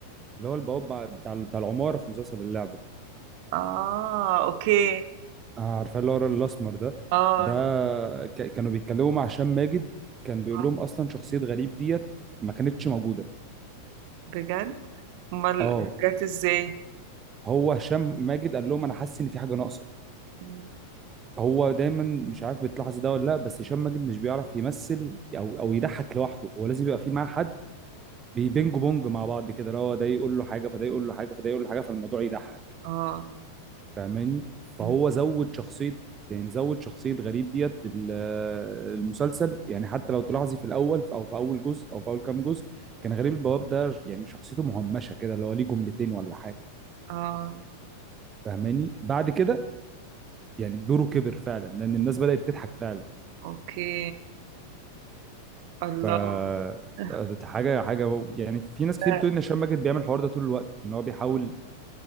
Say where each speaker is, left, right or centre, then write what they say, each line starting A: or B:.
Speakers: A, on the right; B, on the right.
A: اللي هو البواب بع- بتاع بتاع العماره في مسلسل اللعبه
B: اه اوكي
A: آه، عارفاه اللي هو الراجل الاسمر ده
B: اه
A: ده
B: ده-
A: ك... كانوا بيتكلموا مع هشام ماجد كان بيقول
B: آه،
A: لهم اصلا شخصيه غريب ديت ما كانتش موجوده
B: بجد امال
A: اه
B: جت ازاي
A: هو هشام ماجد قال لهم انا حاسس ان في حاجه ناقصه
B: مم.
A: هو دايما مش عارف بتلاحظي ده ولا لا بس هشام ماجد مش بيعرف يمثل او او يضحك لوحده هو لازم يبقى في معاه حد بيبينج بونج مع بعض كده اللي هو ده يقول له حاجه فده يقول له حاجه فده يقول له حاجه فالموضوع يضحك
B: اه
A: فاهماني فهو
B: مم.
A: زود شخصيه يعني زود شخصيه غريب ديت لل- المسلسل يعني حتى لو تلاحظي في الاول او في اول جزء او في اول كام جزء كان غريب البواب ده يعني شخصيته مهمشه كده اللي هو ليه جملتين ولا حاجه
B: اه
A: فاهماني بعد كده يعني دوره كبر فعلا لان الناس بدات تضحك فعلا
B: اوكي الله!
A: ف
B: <laughs>
A: ده حاجه حاجه يعني في ناس كتير
B: ده
A: بتقول ان هشام ماجد بيعمل الحوار ده طول الوقت ان هو بيحاول